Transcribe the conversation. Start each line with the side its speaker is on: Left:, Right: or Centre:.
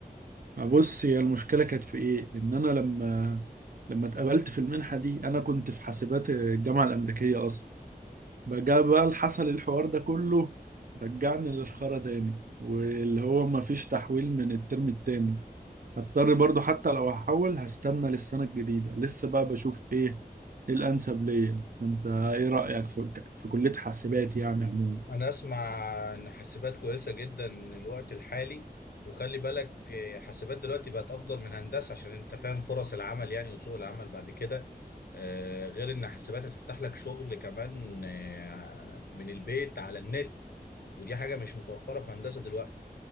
Right: بص هي المشكلة كانت في إيه؟ إن أنا لما لما اتقبلت في المنحة دي أنا كنت في حاسبات الجامعة الأمريكية أصلا بقى بقى اللي حصل الحوار ده كله رجعني للخرا تاني واللي هو مفيش تحويل من الترم التاني هضطر برضو حتى لو هحول هستنى للسنة الجديدة لسه بقى بشوف ايه ايه الانسب ليا انت ايه رأيك في في كلية حاسبات يعني عموما
Left: انا اسمع ان حاسبات كويسه جدا الوقت الحالي وخلي بالك آه، حاسبات دلوقتي بقت افضل من هندسه عشان انت فاهم فرص العمل يعني وسوق العمل بعد كده آه، غير ان حاسبات هتفتح لك شغل كمان آه، من البيت على النت ودي حاجه مش متوفره في هندسه دلوقتي